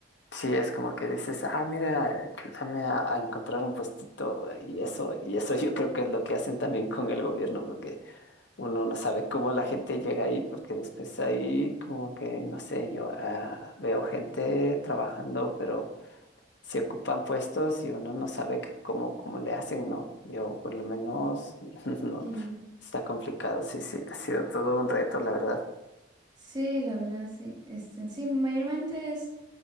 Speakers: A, on the left; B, on the right.
A: Sí, es como que dices, ah, mira, ayúdame a, a encontrar un puestito y eso, y eso <laughs> yo creo que es lo que hacen también con el gobierno, porque uno no sabe cómo la gente llega ahí, porque después ahí como que, no sé, yo ah, veo gente trabajando, pero se ocupan puestos y uno no sabe que cómo, cómo le hacen, ¿no? Yo por lo menos, <laughs> no,
B: Sí.
A: está complicado, sí, sí, ha sido todo un reto, la verdad.
B: Sí, la verdad, sí. Este, sí, mayormente es,